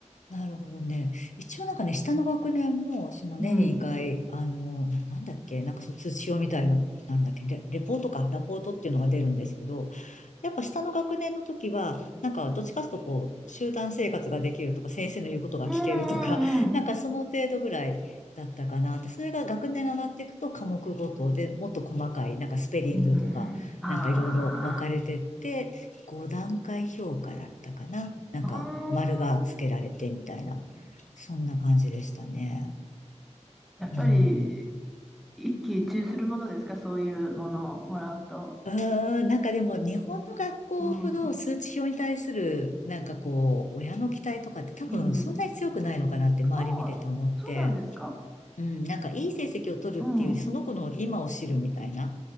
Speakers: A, on the left; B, in the centre.
A: なるほどね。一応なんかね、下の学年も、その年に2回、
B: うん。
A: あの、な、なんだっけ、なんかそう通知表みたいの、なんだっけ、レ、レポートか、ラポートっていうのが出るんですけど、やっぱ下の学年の時は、なんかどっちかというとこう、集団生活ができるとか、先生の言うことが聞けるとか、
B: うんうんうん。
A: <laughs> なんかその程度ぐらいだったかなって、それが学年が上がっていくと科目ごとでもっと細かい、なんかスペリングとか、
B: うんあ
A: なんかいろいろ分かれてって、5段階評価だったかな。なんか丸がつけられてみたいな、
B: あ、うーん。
A: そんな感じでしたね。
B: やっぱり
A: うん
B: 一喜一憂するものですか、そういうものをもらうと。
A: うーん、なんかでも日本の学校ほど数値表に対するなんかこう親の期待とかって多分そんなに強くないのかなって周り見てて思って、
B: うん、うんうん。ああ、そうなんですか。
A: うん、なんかいい成績を取るっていうよりその子の今を知るみたいな。
B: うん。